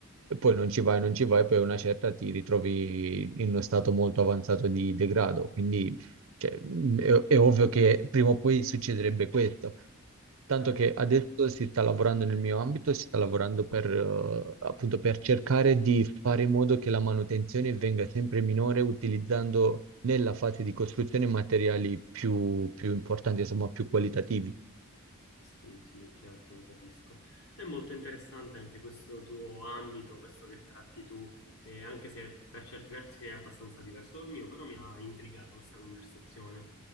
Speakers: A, on the right; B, on the left.
A: e poi non ci vai, non ci vai, poi a una certa ti ritrovi in uno stato molto avanzato di degrado. Quindi cioè, mm, è, è ovvio che prima o poi succederebbe questo. Tanto
B: certo.
A: che adesso si sta lavorando nel mio ambito, si sta lavorando per, eh, appunto, per cercare di fare in modo che la manutenzione venga sempre minore utilizzando nella fase di costruzione materiali più, più importanti, insomma, più qualitativi.
B: Sì, sì, certo, lo capisco. È molto interessante anche questo tuo ambito, questo che tratti tu, eh, anche se per certi versi è abbastanza diverso dal mio, però mi ha intrigato questa conversazione.